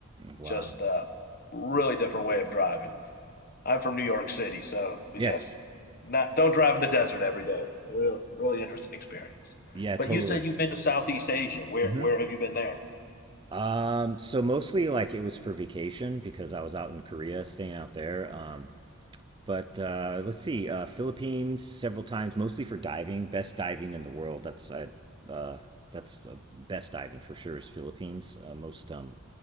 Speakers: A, on the right; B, on the left.
A: wow,
B: Just a really different way of driving. I'm from New York City, so we
A: yeah,
B: just not don't drive in the desert every day. Real, really interesting experience.
A: yeah,
B: But
A: totally.
B: you said you've been to Southeast Asia. Where
A: hmm
B: where have you been there?
A: Um, so mostly like it was for vacation because I was out in Korea, staying out there. Um, But uh, let's see, uh, Philippines several times, mostly for diving. Best diving in the world. That's uh, uh, that's uh, best diving for sure is Philippines. Uh, most um,